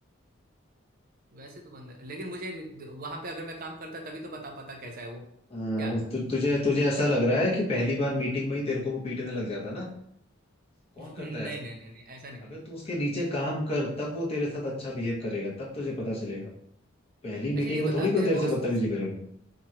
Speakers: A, on the right; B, on the left.
A: वैसे तो बंदा लेकिन मुझे वहां पे अगर मैं काम करता तभी तो बता पाता कैसा है वो
B: हाँ,
A: क्या
B: तु, तुझे तुझे ऐसा लग रहा है कि पहली बार मीटिंग में ही तेरे को वो पीटने लग जाता ना कौन
A: <laughs>
B: करता
A: नहीं
B: है ऐसा
A: नहीं नहीं नहीं ऐसा नहीं
B: अबे
A: है
B: तू उसके नीचे काम कर तब वो तेरे साथ अच्छा बिहेव करेगा तब तुझे पता चलेगा पहली
A: अच्छा
B: मीटिंग
A: ये
B: में
A: बता
B: थोड़ी कोई
A: तेरे
B: तेरे
A: बॉस
B: से बदतमीजी करेगा